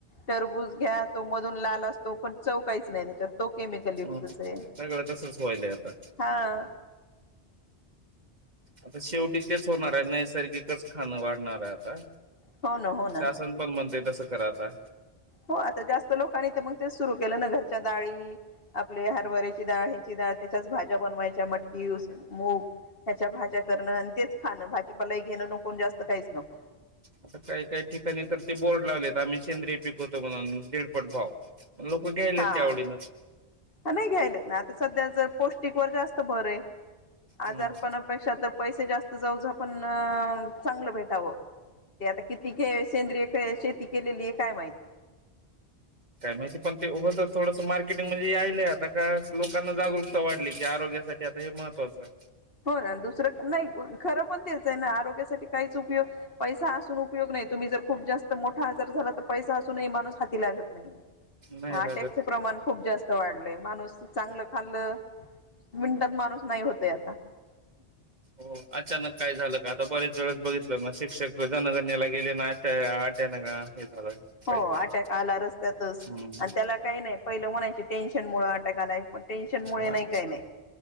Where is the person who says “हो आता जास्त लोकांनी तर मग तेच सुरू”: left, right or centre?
Left